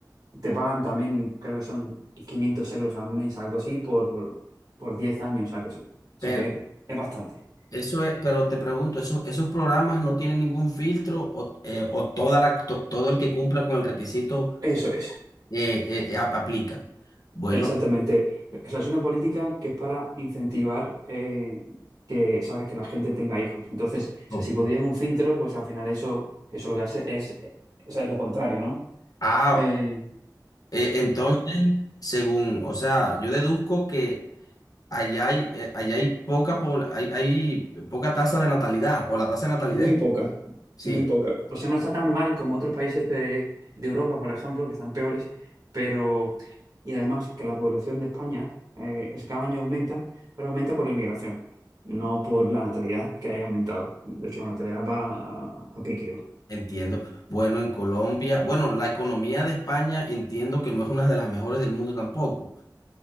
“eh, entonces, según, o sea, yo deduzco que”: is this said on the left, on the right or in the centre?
Left